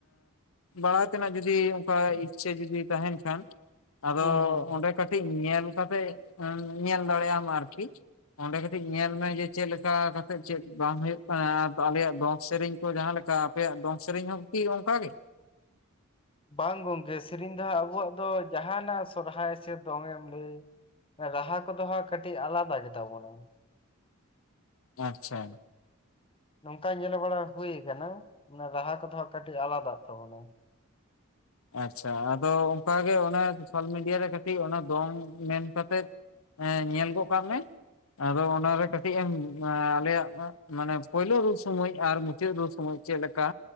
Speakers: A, on the left (about 75°); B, on the left (about 25°).
A: ᱵᱟᱲᱟᱭ ᱛᱮᱱᱟᱜ ᱡᱩᱫᱤ ᱚᱱᱠᱟ ᱤᱪᱪᱷᱟᱹ ᱡᱩᱫᱤ ᱛᱟᱦᱮᱱ ᱠᱷᱟᱱ ᱟᱫᱚ
B: ᱦᱩᱸ ᱦᱩᱸ
A: ᱚᱸᱰᱮᱼᱼ ᱠᱟᱹᱴᱤᱡ ᱧᱮᱞ ᱠᱟᱛᱮᱜ ᱧᱮᱞ ᱫᱟᱲᱮ ᱭᱟᱜ ᱟᱢ ᱟᱨᱠᱤ ᱾ ᱚᱸᱰᱮ ᱠᱟᱹᱴᱤᱡ ᱧᱮᱞ ᱢᱮ, ᱡᱮ ᱪᱮᱫ ᱞᱮᱠᱟ ᱠᱟᱛᱮᱫ ᱪᱮᱫ ᱵᱟᱝ ᱦᱩᱭᱩᱜ ᱠᱟᱱᱟ ᱾ ᱟᱞᱮᱭᱟᱜ ᱫᱚᱝ ᱥᱮᱨᱮᱧ ᱠᱚ ᱡᱟᱸᱦᱟ ᱞᱮᱠᱟ ᱾ ᱟᱯᱮᱭᱟᱜ ᱫᱚᱝ ᱥᱮᱨᱮᱧ ᱦᱚᱸᱠᱤ ᱚᱱᱠᱟ ᱜᱮᱼᱼ
B: ᱵᱟᱝ ᱜᱚᱢᱠᱮ ᱥᱮᱨᱮᱧ ᱫᱚ ᱦᱟᱸᱜ ᱟᱵᱚᱣᱟᱜ ᱫᱚ, ᱡᱟᱦᱟᱱᱟᱜ ᱥᱚᱨᱚᱦᱟᱭ ᱥᱮ ᱫᱚᱝᱮ ᱮᱢ ᱞᱟᱹᱭ ᱾ ᱨᱟᱦᱟ ᱠᱚᱫᱚ ᱦᱟᱸᱜ ᱠᱟᱹᱴᱤᱡ ᱟᱞᱟᱫᱟ ᱜᱮᱛᱟᱵᱚᱱᱟ ᱾
A: ᱟᱪᱪᱷᱟ ᱾
B: ᱱᱚᱝᱠᱟ ᱧᱮᱞ ᱵᱟᱲᱟ ᱦᱩ ᱟᱠᱟᱱᱟ ᱚᱱᱟ ᱨᱟᱦᱟ ᱠᱚᱫᱚ ᱦᱟᱸᱜ ᱠᱟᱹᱴᱤᱡ ᱟᱞᱟᱫᱟᱜ ᱛᱟᱵᱚᱱᱟ ᱾
A: ᱟᱪᱪᱷᱟ ᱾ ᱟᱫᱚ ᱚᱱᱠᱟ ᱜᱮ ᱚᱱᱟ ᱥᱳᱥᱟᱞ ᱢᱤᱰᱤᱭᱟ ᱨᱮ ᱠᱟᱹᱴᱤᱡ ᱚᱱᱟ ᱫᱚᱝ ᱢᱮᱱ ᱠᱟᱛᱮ ᱾ ᱦᱮᱸ ᱧᱮᱞ ᱜᱚᱜ ᱠᱟᱜ ᱢᱮ ᱾ ᱟᱫᱚ ᱚᱱᱟ ᱨᱮ ᱠᱟᱹᱴᱤᱡ ᱮᱢ ᱟᱞᱮᱭᱟᱜ ᱢᱟᱱᱮ ᱯᱳᱭᱞᱳ ᱨᱩ ᱥᱚᱢᱚᱭ ᱟᱨ ᱢᱩᱪᱟᱹᱫ ᱨᱩ ᱥᱚᱢᱚᱭ ᱪᱮᱫ ᱞᱮᱠᱟ